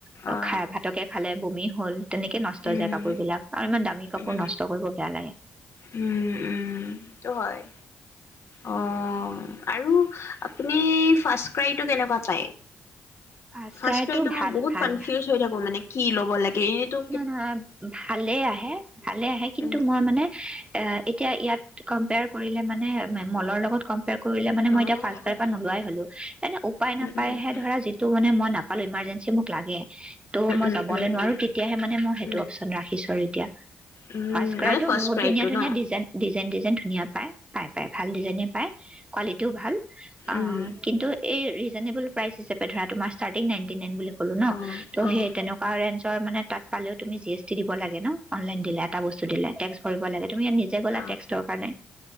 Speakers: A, on the right; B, on the left.
A: ত'
B: অ
A: খাই ভাতকে খালে ব মে' হ'ল। তেনেকে নষ্ট হৈ
B: উম
A: যায় কাপোৰ বিলাক, আৰু ইমান দামী কাপোৰ।
B: উম,
A: নষ্ট কৰিব বেয়া লাগে
B: উম-উম সেইটো হয়। অ'। আৰু আপুনি ফাৰ্ষ্টক্ৰাইটো কেনেকুৱা পায়?
A: ফাৰ্ষ্ট
B: ফাৰ্ষ্টক্ৰাইটো
A: ক্ৰাইটো
B: মই
A: ভাল
B: বহুত
A: ভাল
B: কনফিউজ হৈ থাকোঁ মানে কি ল'ব লাগে এনেতো
A: নহ নহয়, ভালেই আহে! ভালে আহে কিন্তু
B: উম
A: মই মানে এ এতিয়া ইয়াত কম্পেয়াৰ কৰিলে মানে মলৰ লগত কম্পেয়াৰ কৰিলে মানে মই
B: অ উম
A: এতিয়া ফাৰ্ষ্টক্ৰাই পৰা নোলোৱাই হ'লো, এনে উপায় নাপায়াইহে
B: উম
A: ধৰা যিটো মানে মই নাপালোঁ, ইমাৰ্জেন্সী মোক লাগে। ত' মই
B: উম
A: যাবলৈ
B: উম
A: নোৱাৰোঁ
B: উম
A: তে এতিয়াহে মানে মই হেইটো
B: উম
A: অপচন ৰাখিছোঁ আৰু এতিয়া,
B: উম
A: ফাৰ্ষ্টক্ৰাইটো
B: মানে ফাৰ্ষ্ট
A: বহুত
B: ক্ৰাইটো
A: ধুনীয়া-ধুনীয়া
B: ন
A: ডিজাইন ডিজাইন ডিজাইন ধুনীয়া পায়! পায় পায় ভাল ডিজাইনে পায়। কোৱালিটিও ভাল, অ'
B: উম
A: কিন্তু এই ৰিজনেবল প্ৰাইচ হিচাপে ধৰা তোমাৰ ষ্টাৰ্টিং নাইটি নাইন বুলি ক'লো ন'?
B: অ
A: ত' সেই
B: অ
A: তেনেকুৱা ৰেঞ্জৰ মানে পালেওঁ তুমি জি এছ টি দিব লাগে ন'? অনলাইন দিলে, এটা বস্তু দিলে, টেক্স ভৰিব লাগে, তুমি ইয়াত নিজে গ'লা
B: আহ
A: টেক্সৰ কাৰণে।